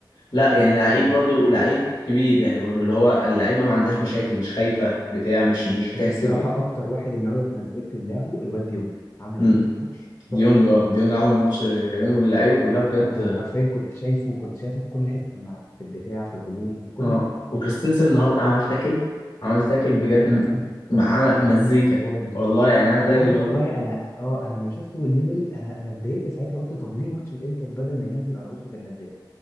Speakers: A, on the left; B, on the left.
A: لا يعني لعيب
B: اه
A: برضو لعيب كبير يعني برضو اللي هو اللعيب ما عندهاش مشاكل مش خايفه بتاع مش مش بتحسب
B: اللي الصراحه اكتر واحد النهارده اتمزجت بلعبه الواد ديونج عمل
A: امم
B: حته ماتش
A: ديونج
B: تحفه
A: اه ديونج عمل ماتش جميل واللعيبه كلها
B: انا
A: بجد
B: انا حرفيا كنت شايفه كنت شايفه في كل حته في الملعب في الدفاع في الهجوم في كل
A: اه
B: حته
A: وكريستنسن النهارده عمل تاكل عمل تاكل بجد
B: أه، تحفه
A: م- م-
B: تحفه
A: عمل مزيكا
B: والله
A: والله يعني عمل
B: انت
A: تاكل
B: عارف
A: اللي هو-
B: والله انا اه انا لما شفته نزل انا انا اتضايقت ساعتها قلت طب ليه ماتش الانتر بدل ما ينزل اراوخو كان نزله